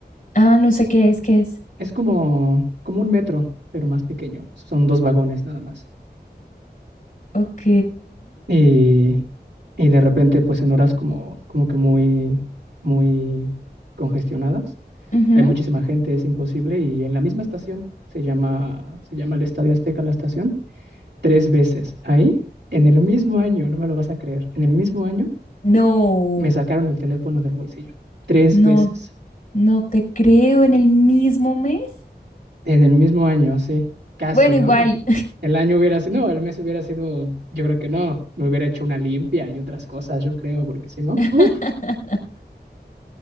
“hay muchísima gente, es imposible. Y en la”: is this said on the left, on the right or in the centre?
Right